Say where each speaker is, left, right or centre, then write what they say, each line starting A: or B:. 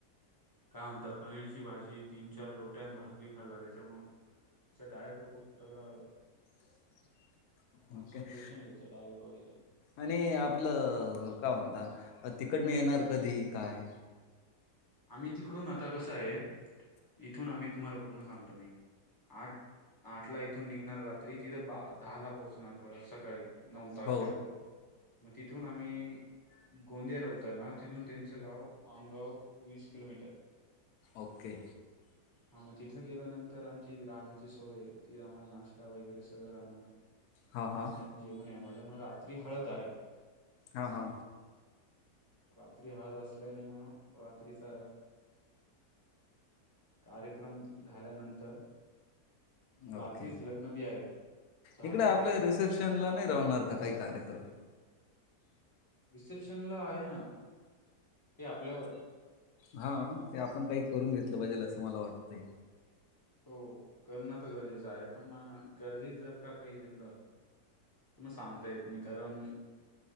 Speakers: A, on the left (about 20°); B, on the left (about 70°).
A: काय म्हणतात पनीरची भाजी तीन चार रोट्यान भात बी खाल्ला त्याच्यामु त्याचा डायट व खूप तगडा
B: <inaudible>
A: काॅस्टे्शन
B: ओके
A: तुमच डाईट वैेगेरे
B: आणि आपलं काय म्हणता तिकडन येणार कधी काय?
A: आम्ही तिकडून आता कसं आहे इथून आम्ही तुम्हाला पूर्ण सांगतो मी आठ आठ ला इथून निघणार रात्री तिथे बा दहा ला पोहोचणार परत सकाळी. नऊ तारखेला
B: हो
A: तिथून आम्ही गोंदियाला उतरना तिथून त्यांचं गाव आमगाव वीस किलोमीटर.
B: ओके
A: हा मग तिथं गेल्यानंतर आमची राहण्याची सोय आहे तीथ आम्हाला नाश्ता वगैरे सगळं राहणार.
B: हां, हां.
A: तीन टाइम जेवण आहे मला मग रात्री हळद आहे.
B: हा हा
A: रात्री हळद असल्याने मग रात्रीचा कार्यक्रम झाल्यानंतर. रात्रीच
B: ओके.
A: लग्न बी आहे. दहा
B: इकडे आपल्या
A: तारखेला
B: रिसेप्शन ला नाही राहणार का काही कार्यक्रम.
A: रिसेप्शनला आहे ना ते आपल्यावर आहे.
B: हा ते आपण काही करून घेतलं पाहिजेल असं मला वाटतंय.
A: हो करणं तर गरजेचं आहे पण गर्दीत जर का काही झालं म सांगता येत नाही कारण